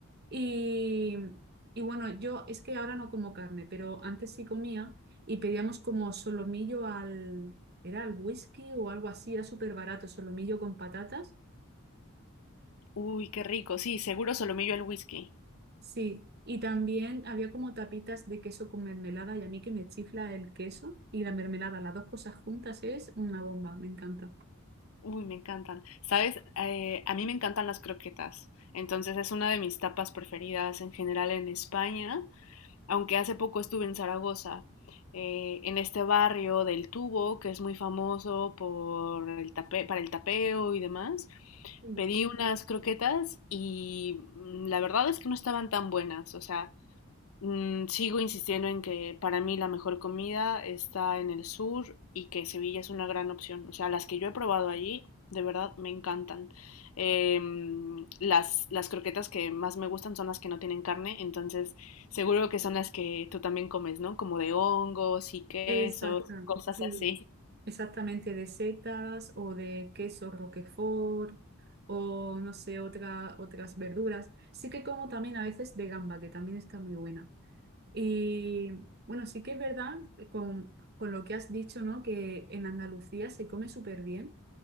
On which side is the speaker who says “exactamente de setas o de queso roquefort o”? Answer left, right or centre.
Right